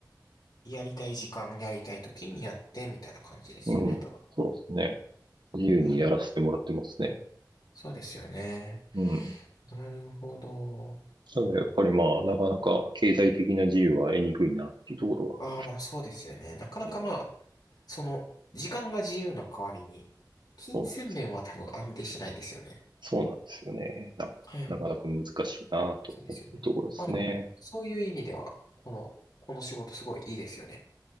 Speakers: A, on the left (about 60°); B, on the right (about 85°).
A: やりたい時間、やりたい時にやってみたいな感じですよね。
B: うん、
A: 多分。
B: そうですね。自由にやらせてもらってますね。
A: はい。そうですよね。
B: うん。
A: なるほど。
B: ただやっぱりまあ、なかなか経済的な自由は得にくいなっていうところは、
A: ああ、まあそうですよね。なかなかまあ、
B: えー
A: その、時間が自由な代わりに、金銭面は多分安定しないですよね。
B: そうなんです。そうなんですよね。なんか、
A: はい。
B: なかなか難しいなと思っているところですね。
A: そうですよね。まあでも、そういう意味では、この、この仕事すごいいいですよね。